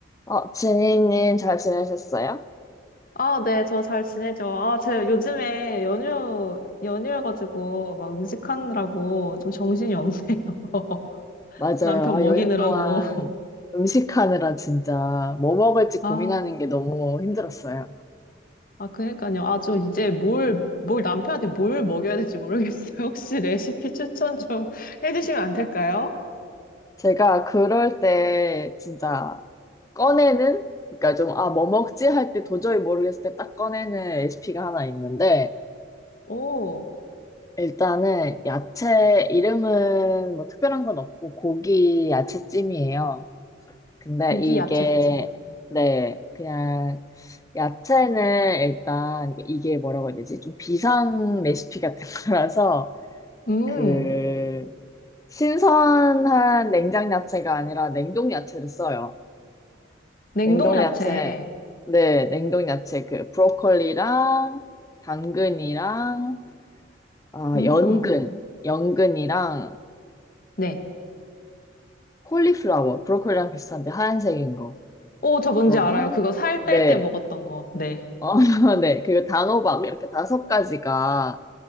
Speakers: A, on the left; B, on the left.
A: 어, 지니님 잘 지내셨어요?
B: 아, 네, 저 잘 지내죠. 아, 제가 요즘에 연휴, 연휴여가지고 막 음식하느라고 좀 정신이 없네요. <laughs>
A: 맞아요.
B: 남편
A: 아,
B: 먹이느라고.
A: 연휴 동안 음식하느라 진짜 뭐 먹을지
B: 아,
A: 고민하는 게 너무 힘들었어요.
B: 아, 그니까요. 아, 좀 이제 뭘, 뭘 남편한테 뭘 먹여야 될지 모르겠어요. <laughs> 혹시 레시피 추천 좀 <laughs> 해주시면 안 될까요?
A: 제가 그럴 때 진짜 꺼내는? 그러니까 좀, 아, 뭐 먹지? 할 때 도저히 모르겠을 때 딱 꺼내는 레시피가 하나 있는데,
B: 오,
A: 일단은 야채 이름은 뭐 특별한 건 없고 고기 야채찜이에요. 근데
B: 고기
A: 이게,
B: 야채찜.
A: 네, 그냥, 야채는 일단, 이게 뭐라고 해야 되지? 좀 비상 레시피 같은 <laughs> 거라서,
B: 음,
A: 그, 신선한 냉장 야채가 아니라 냉동 야채를 써요.
B: 냉동
A: 냉동
B: 야채.
A: 야채, 네, 냉동 야채, 그, 브로콜리랑, 당근이랑, 아,
B: 음,
A: 연근, 연근이랑,
B: 네.
A: 콜리플라워, 브로콜리랑 비슷한데 하얀색인 거.
B: 오, 저 뭔지
A: 그거랑,
B: 알아요. 그거 살
A: 네.
B: 뺄 때 먹었던 거. 네.
A: 어, <laughs> 네. 그리고 단호박 이렇게 다섯 가지가